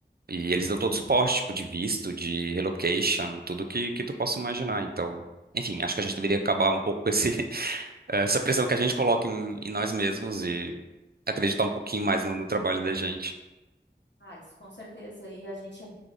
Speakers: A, on the right; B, on the left.
A: E eles dão todo suporte, tipo, de visto, de relocation, tudo que, que tu possa imaginar. Então, enfim, acho que a gente deveria acabar um pouco com esse, <laughs> essa pressão que a gente coloca em, em nós mesmos e acreditar um pouquinho mais no, no trabalho da gente.
B: Ah, isso com certeza. E a gente, é-